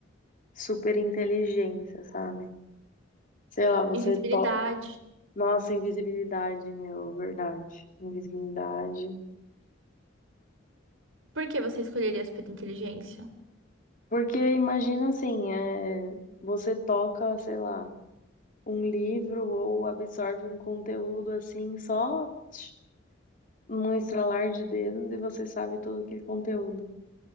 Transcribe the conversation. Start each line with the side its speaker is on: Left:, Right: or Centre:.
Left: super inteligência, sabe? Sei lá, você
Right: Invisibilidade.
Left: to... Nossa, invisibilidade, meu, verdade. Invisibilidade.
Right: Por que você escolheria a superinteligência?
Left: Porque imagina assim, é... você toca, sei lá, um livro ou absorve um conteúdo assim, só tch, num estralar de dedos e você sabe todo aquele conteúdo.